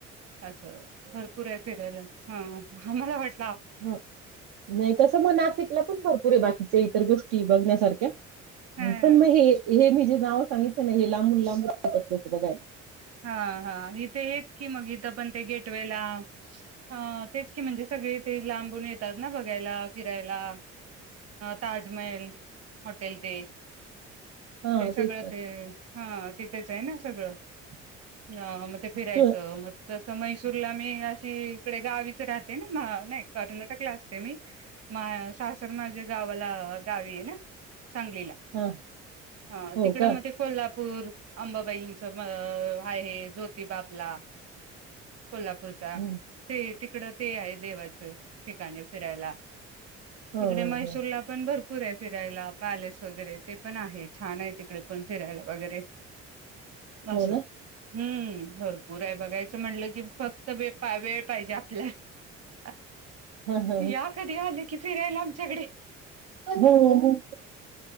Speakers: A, on the right; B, on the right.
A: असं भरपूर आहे फिरायला हां आम्हाला वाट..
B: ह नाही तस मग नासिकला पण भरपूर आहे बाकीचे इतर गोष्टी बघण्यासारख्या
A: हा
B: पण मग हे- हे मी जे नाव सांगितलं नाही... लई लांबुन- लांबुन येतात लोकं बघायला
A: हा- हा हितं हेच की मग हित पण ते गेट ट्वेला अं तेच की म्हणजे सगळे ते लांबून येतात ना बघायला फिरायला ताजमल हॅॉटेल ते
B: हा
A: ते सगळं
B: तेच
A: ते हा ते त्याचं आहे ना सगळं हं मग ते फिरायचं
B: तर
A: मग तसं मैसूरला मी आ ची इकडे गावीच राहते ना न्हा नाही कर्नाटकला असते मी माह्या सासर माझे गावाला गावीये ना सांगलीला
B: हा
A: ह
B: हो
A: तिकडं
B: का
A: म कोल्हापूर पोर अंबाबाईंच मा अ आहे जोतिबा आपला कोल्हापूरच्या
B: ह
A: ते तिकडं ते आहे देवाचं ठिकाणी फिरायला
B: ह
A: तिकडे मैसूर
B: ह
A: ला पण भर भरपूर ये फिरायला पॅलेस वगैरे ते पण आहे छान आहे तिकडे पण फिरायला वगैरे, असंं
B: हो ना
A: हम्म भरपूर आहे बघायचं म्हणलं कि फक्त वे- वेळ पाहिजे आपल्याला
B: हा हा
A: या कधी आले की फिरायला आमच्याकडे
B: हो हो